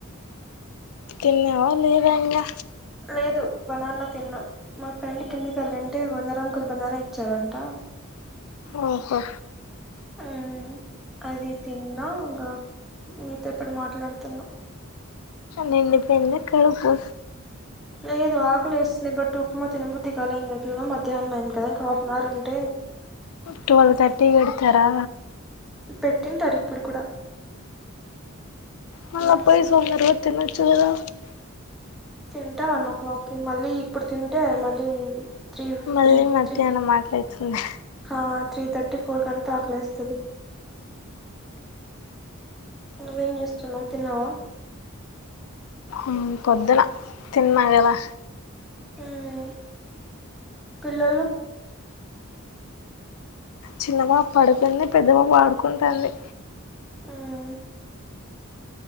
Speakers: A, on the left; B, in the centre.
A: ఇయ్య వా లేదా ఇంగా
B: లేదు బనాన్న తిన్నా మా ఫ్రెండ్ కిందికి వెళ్ళింటే వందర కుంతన్నారే ఇచ్చారంట
A: ఓహో
B: ఉమ్, అది తిన్నా ఇంగ మీతో ఇప్పుడు మాట్లాడుతున్నా
A: నిండి పోయిందా కడుపు
B: లేదు ఆకలేస్తుంది బట్ ఉప్మా తిన బుద్ధికాలే ఇంగ ఎట్లోనో మధ్యహనం కాదా ఇంకా హాఫ్ అన్ అవర్ ఉంటే
A: ట్వెల్వ్ థర్టీ కి పెడతారా
B: పెట్టింటారు ఇప్పుడు కూడా
A: మళ్ళ
B: ఉమ్,
A: పోయి సొందరగా తినచ్చు కదా
B: తింటే వన్ ఓ క్లాక్కి మళ్ళీ ఇప్పుడు తింటే మళ్ళీ త్రీ
A: మళ్ళీ
B: త్రీ
A: మధ్యాహ్నం
B: త్రీథర్టీ
A: ఆకలైతుంది
B: హ త్రీ థర్టీ ఫోర్ కంతా ఆలేస్తంది నువ్వు ఏం చేస్తున్నావ్ తిన్నావా
A: ఉమ్ పొద్దున తిన్నా గదా
B: ఉమ్ పిల్లలు
A: చిన్న బాబడుకుంది పెద్ద బాబ ఆడుకుంటంది
B: మ్మ్